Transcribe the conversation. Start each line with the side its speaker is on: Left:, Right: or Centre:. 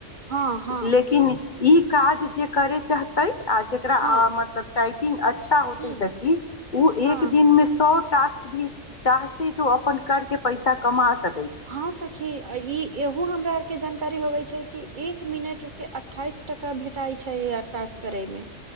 Right: हँ हँ
Left: लेकिन ई काज जे करे चाहतै आ जेकरा आ
Right: हँ
Left: मतलब टाइपिंग अच्छा होतै
Right: ह
Left: सखी ओ
Right: हँ
Left: एक दिनमे सब टास्क भी चाहते तो अपन करके पैसा कमा सकत
Right: हँ सखी ई एहू हमरा के जानकारी होबै छै कि एक मिनट के अठाइस टका भेटाइ छै टास करैमे